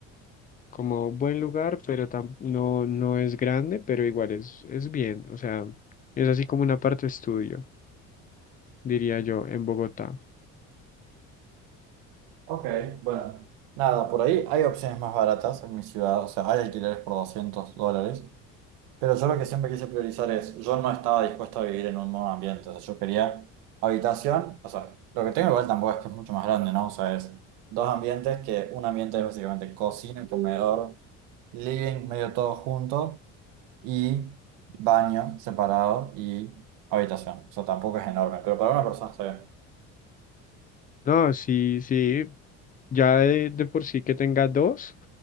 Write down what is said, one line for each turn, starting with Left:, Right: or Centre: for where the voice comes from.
Left: como buen lugar, pero tam- no, no es grande, pero igual es, es bien. O sea, es así como una parte estudio, diría yo, en Bogotá.
Right: Ok, bueno. Nada, por ahí hay opciones más baratas en mi ciudad. O sea, hay alquileres por 200 dólares. Pero yo lo que siempre quise priorizar es, yo no estaba dispuesto a vivir en un nuevo ambiente, o sea, yo quería habitación, o sea, lo que tengo igual tampoco es que es mucho más grande, ¿no? O sea, es dos ambientes que un ambiente es básicamente cocina, comedor, living, medio todo junto y baño separado y habitación, o sea, tampoco es enorme, pero para una persona está bien.
Left: No, sí, sí. Ya de, de por sí que tenga dos,